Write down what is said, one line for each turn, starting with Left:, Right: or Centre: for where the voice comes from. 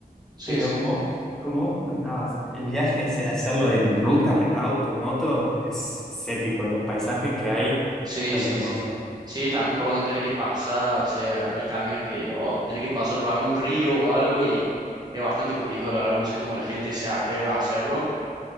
Right: Sí,
Centre: Pero
Right: sí.
Centre: como, como vos comentabas, el viaje ese de hacerlo en ruta, en auto, moto, es, es épico. Los paisajes que hay
Right: Sí,
Centre: son
Right: sí,
Centre: hermosos.
Right: sí. Sí, también por donde tenés que pasar, o sea, hay caminos que o tenés que pasar por algún río o algo y es bastante complicado, la verdad, no sé cómo la gente se atreve a hacerlo.